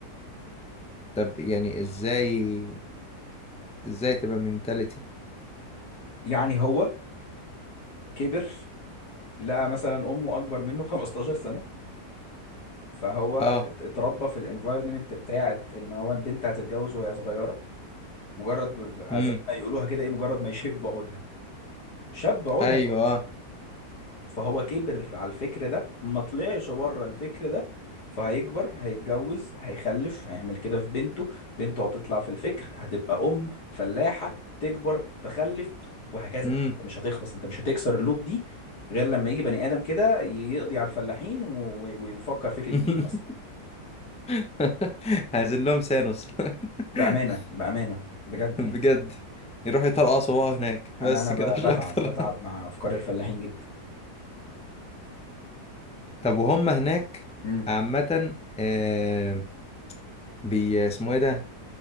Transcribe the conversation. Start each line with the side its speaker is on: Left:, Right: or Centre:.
Centre: طب يعني ازاي ازاي تبقى منتاليتي
Left: يعني هو كبر لقى مثلا امه اكبر منه 15 سنه فهو
Centre: اه
Left: ات- اتربى في الانفايرمنت بتاعت ان هو البنت هتتجوز وهي صغيره مجرد ب- ب-
Centre: امم
Left: زي ما يقولوها كده ايه مجرد ما يشب عودها شاب عودها
Centre: ايوه
Left: جوزوه
Centre: اه
Left: فهو كبر على الفكر ده ما طلعش بره الفكر ده فهيكبر هيتجوز هيخلف هيعمل كده في بنته بنته هتطلع في الفكر هتبقى ام فلاحه تكبر تخلف وهكذا
Centre: امم
Left: انت مش هتخلص انت مش هتكسر اللوب دي غير لما يجي بني ادم كده ي- يقضي على الفلاحين و- و- ويفكر فكر جديد
Centre: <laughs>
Left: مثلا
Centre: <laughs> هنزل لهم سانوس
Left: بأمانة
Centre: <laughs>
Left: بأمانة بجد
Centre: بجد
Left: يعني
Centre: يروحوا يطرقعوا صباعه هناك بس
Left: أنا أنا ب-
Centre: كده مش
Left: بتعب
Centre: اكتر
Left: بتعب مع أفكار الفلاحين جدا
Centre: <laughs> طب وهم هناك
Left: امم
Centre: عامة آه بي اسمه ايه ده؟